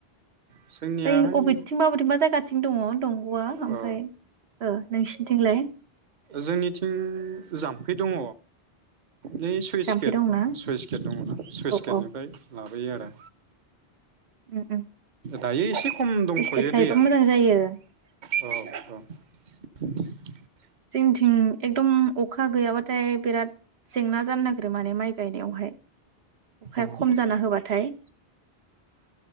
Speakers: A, on the right; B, on the right.
A: जोंनियाहाय
B: ओइ अबेथिंबा अबेथिंबा जायगाथिं दङ दंग'आ
A: अ
B: ओमफ्राय नोंसिनिथिंलाय
A: जोंनिथिं जाम्फै दङ। नै सुइस
B: जाम्फै
A: गेट
B: दंना
A: सुइस गेट दंना सुइस
B: औ
A: गेटनिफ्राय
B: औ
A: लाबोयो आरो।
B: उम उम
A: दायो एसे खम
B: स्लुइस
A: दंथ'यो
B: गेट थायोबा
A: दैया
B: मोजां जायो
A: औ औ। <unintelligible>
B: जोंथिं एकदम अखा गैयाबाथाय बिराद जेंना जानो नागिरो माने माइ गायनायावहाय। अखाया
A: औ
B: खम जाना होबाथाय